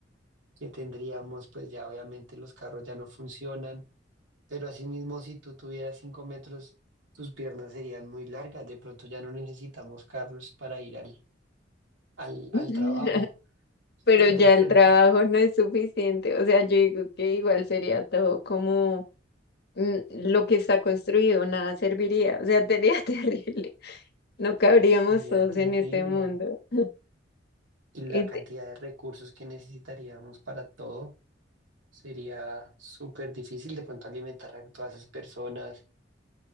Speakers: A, on the right (about 75°); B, on the left (about 60°).
A: que tendríamos, pues ya obviamente los carros ya no funcionan, pero asimismo si tú tuvieras 5 metros, tus piernas serían muy largas. De pronto ya no necesitamos carros para ir al al,
B: <laughs>
A: al trabajo. <laughs>
B: Pero
A: De
B: ya
A: pronto
B: el trabajo no es suficiente, o sea, yo digo que igual sería todo como mm, lo que está construido, nada serviría, o sea, sería <laughs> terrible, no cabríamos
A: sería
B: todos
A: terrible.
B: en este mundo. <laughs>
A: Y la
B: Y
A: cantidad
B: te-
A: de recursos que necesitaríamos para todo sería súper difícil de pronto alimentar a todas esas personas.